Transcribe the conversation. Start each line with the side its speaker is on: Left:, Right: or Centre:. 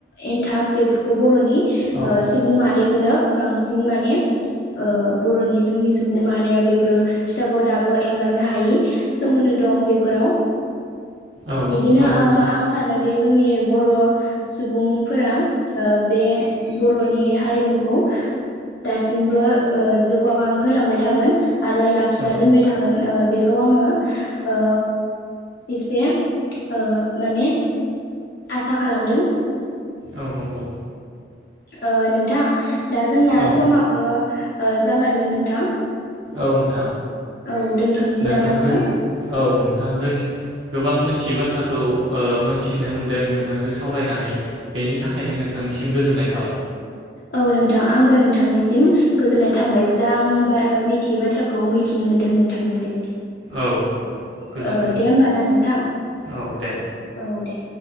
Left: एन्थाब बेफोरखौ बर'नि ओ
Right: औ
Left: सुबुं माहारिखौनो बांसिन माने ओ बर'नि जोंनि सुबुं माहारिया बेफोरो फिथाखौ दाबो एंगारनो हायि सोमोन्दो दं बेफोराव
Right: औ
Left: बिदिनो
Right: नंगौ
Left: ओ आं सानो दि जोंनि बर' सुबुंफोरा ओ बे बर'नि हारिमुखौ दासिमबो ओ जौगाखां होलांबाय थागोन आरो लाखिना
Right: औ
Left: दोनबाय थागोन ओ बेखौ आङो ओ एसे ओ माने आसा खालामदों
Right: औ नंगौ
Left: ओ नोंथां दा जोंना
Right: औ
Left: समाबो ओ जाबायमोन नोंथां
Right: औ नोंथां
Left: औ दोनथ'नोसै
Right: नोंथांजों
Left: नामा नोंथां
Right: औ नोंथांजों गोबां मोनथियै बाथ्राखौ ओ मोनथिनो मोनदों नोंथांजों सावरायनानै बेनि थाखायनो नोंथांनिसिम गोजोननाय थाबाय
Left: औ नोंथां आंबो नोंथांनिसिम गोजोननाय थांबाय जा आं ओ बा मिथियै बाथ्राखौ मिथिनो मोनदों नोंथांनिसिम
Right: औ गोजोन्थों
Left: ओ दे होमबा ना नोंथां
Right: औ दे
Left: औ दे